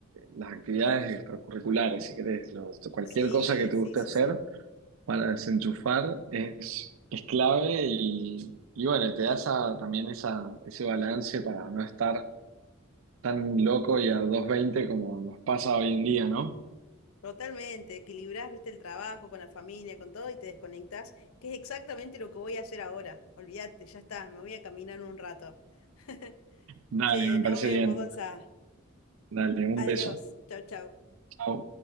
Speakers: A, on the right; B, on the left.
A: las actividades extracurriculares, si querés, los- cualquier
B: Sí,
A: cosa que te
B: sí,
A: guste
B: sí,
A: hacer
B: sí.
A: para desenchufar es, es clave y, y bueno, te da esa, también esa, ese balance para no estar tan loco y a dos veinte como nos pasa hoy en día, ¿no?
B: Totalmente, equilibrás, viste, el trabajo con la familia, con todo y te desconectás, que es exactamente lo que voy a hacer ahora. Olvídate, ya está, me voy a caminar un rato. <laughs>
A: Dale,
B: Che,
A: me
B: nos
A: parece
B: vemos,
A: bien.
B: Gonza.
A: Dale, un
B: Adiós,
A: beso.
B: chau, chau.
A: Chao.